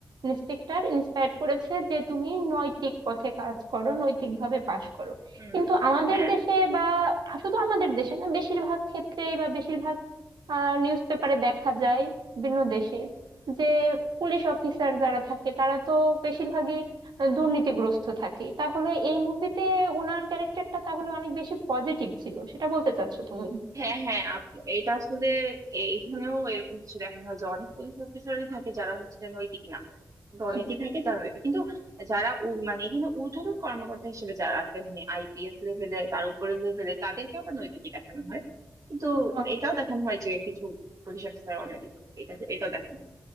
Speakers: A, on the right; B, on the right.
A: ইন্সপেক্টর ইন্সপায়ার করেছে যে তুমি নৈতিক পথে কাজ করো নৈতিকভাবে পাশ করো
B: হুম,
A: কিন্তু আমাদের
B: হ্যাঁ
A: দেশে বা শুধু আমাদের দেশে না বেশিরভাগ ক্ষেত্রেই বা বেশিরভাগ নিউজ পেপারে দেখা যায় বিভিন্ন দেশের যে পুলিশ অফিসার যারা থাকে তারা তো বেশিরভাগই দুর্নীতিগ্রস্ত থাকে তাহলে এই মুভিতে ওনার ক্যারেক্টারটা তাহলে অনেক বেশি পজিটিভ ছিল সেটা বলতে চাচ্ছো তুমি
B: হ্যাঁ হ্যাঁ আপ- এটা আসলে এইখানেও এরকম কিছু দেখানো হয় যে অনেক পুলিশ অফিসারই থাকে যারা হচ্ছে নৈতিক না কিন্তু
A: হ্যাঁ
B: অনেকেই থাকে যারা নৈতিক কিন্তু যারা উ- মানে এখানে ঊর্ধ্বতন কর্মকর্তা হিসেবে যারা আছে মানে আইপিএস লেভেলে তার উপরের লেভেলে তাদেরকে আবার নৈতিকই দেখানো হয় কিন্তু
A: আহ,
B: এটাও দেখানো হয় যে কিছু পুলিশ অফিসার অনৈতিক এটা এটাও দেখানো হয়